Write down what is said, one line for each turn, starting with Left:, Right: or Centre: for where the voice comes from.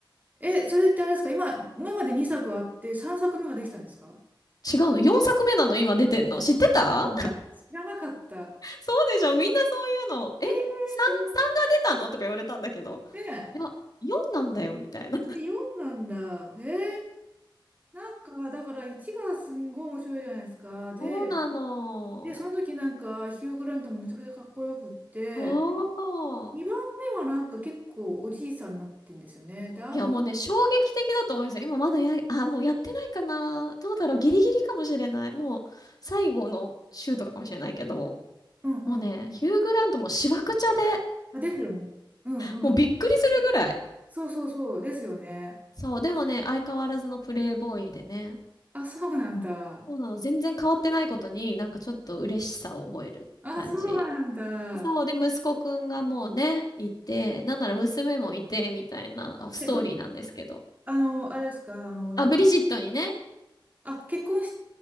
Right: え、それってあれですか今、今まで2作あって3作目ができたんですか
Left: 違うの ?4 作目なの今出てんの知ってた
Right: なんだ。知らなかった。
Left: そうでしょみんなそういうの。え
Right: えー、
Left: ?3、
Right: 知らな
Left: 3が出たのとか言われたんだけど。
Right: ね
Left: いや、4なんだよ、みたいな。
Right: え、え4なんだ。へえ、なんか、だから1がすんごい面白いじゃないですか。で、
Left: そうなの。
Right: で、その時なんか、ヒュー・グラントもめちゃくちゃかっこよくって、
Left: そう。
Right: 2番目はなんか結構おじいさんになってんですよね。で、あんま、
Left: いや、もうね、衝撃的だと思いますよ。今まだや、あ、もうやってないかな。どうだろう。ギリギリかもしれない。もう、最後の週とかかもしれないけど、
Right: うんうんうん。
Left: もうね、ヒュー・グラントもしわくちゃで、
Right: あ、ですよね。うんうん。
Left: もうびっくりするぐらい。
Right: そうそうそう、ですよね。
Left: そう、でもね、相変わらずのプレイボーイでね、
Right: あ、そうなんだ。
Left: そうなの、全然変わってないことに、なんかちょっと嬉しさを覚える感じ。
Right: あ、そうなんだ。
Left: そう、で、息子くんがもうね、いて、なんなら娘もいて、みたいなあストーリーなんですけど。
Right: え、ど、あの、あれですか、あの、
Left: あ、ブリジットにね、
Right: あ、結婚し、